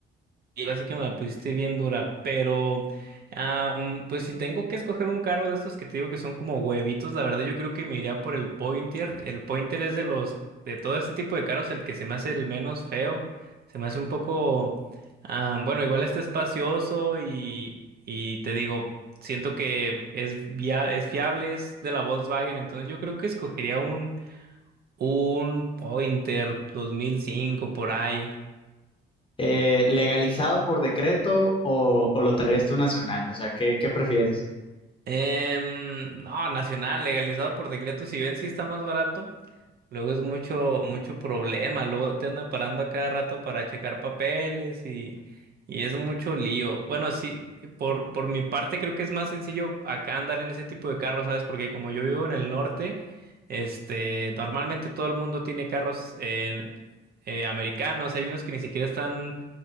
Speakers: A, on the right; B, on the left.
A: Ahora sí que me la pusiste bien dura, pero am, pues si tengo que escoger un carro de estos que te digo que son como huevitos, la verdad yo creo que me iría por el Pointer. El Pointer es de los de todo este tipo de carros el que se me hace el menos feo, se me hace un poco am, bueno, igual está espacioso y y te digo, siento que es via- es fiable, es de la Volkswagen, entonces yo creo que escogería un un Pointer 2005 por ahí.
B: Eh, ¿legalizado por decreto o, o lo traerías tú nacional? O sea, ¿qué, qué prefieres?
A: Em, no, nacional, legalizado por decreto, si bien sí está más barato, luego es mucho, mucho problema, luego te andan parando a cada rato para checar papeles y, y es mucho lío. Bueno, sí, por, por mi parte creo que es más sencillo acá andar en ese tipo de carros, ¿sabes? Porque como yo vivo en el norte, este, normalmente todo el mundo tiene carros eh, eh, americanos, hay unos que ni siquiera están